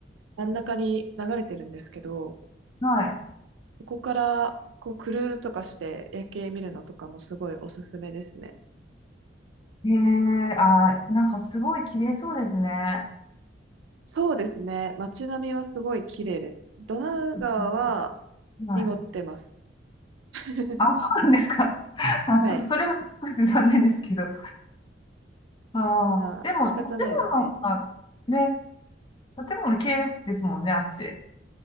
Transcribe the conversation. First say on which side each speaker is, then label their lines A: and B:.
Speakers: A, on the right (about 80°); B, on the left (about 25°).
A: 真ん中に流れてるんですけど、
B: はい。
A: そこから、こう、クルーズとかして夜景見るのとかもすごいおすすめですね。
B: へえあー、なんかすごい綺麗そうですね。
A: そうですね。街並みはすごい綺麗です。ドナウ川は
B: うんはい。
A: 濁ってます。<laughs>
B: あ、そうなんですか。<laughs> あ、
A: はい。
B: ちょっとそれは少し残念ですけど。ああ、
A: まあ、
B: でも建物がね、
A: 仕方ないですね。
B: 建物綺麗ですもんね、あっち。